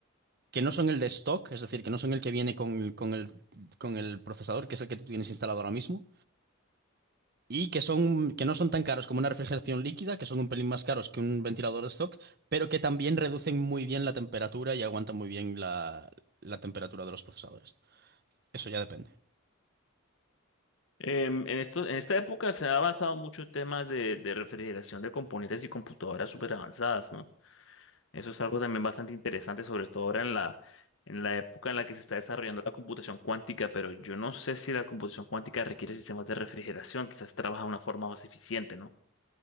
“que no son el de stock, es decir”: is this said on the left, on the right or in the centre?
Right